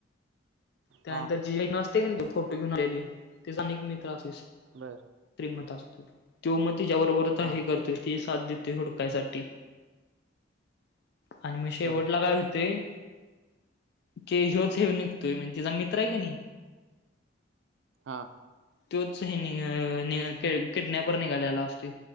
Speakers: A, on the left (about 60°); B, on the right (about 80°).
A: त्यानंतर
B: हा
A: <unintelligible> असते कनई फोटो घेऊन आलेली तिचा अनेक मित्र असतोय. श्रीमंत
B: बर
A: असतोय त्यो मग तिच्याबरोबर आता
B: हा
A: हे करतो तोच तीझी साथ देतोय हुडकायसाठी. आणि मग शेवटला
B: बर
A: काय हुतय की ह्योच हे निघतोय म्हणजे तिचा मित्र आहे कनई
B: हा.
A: तोच हे अ निळ किडनॅपर निघालेला असतोय.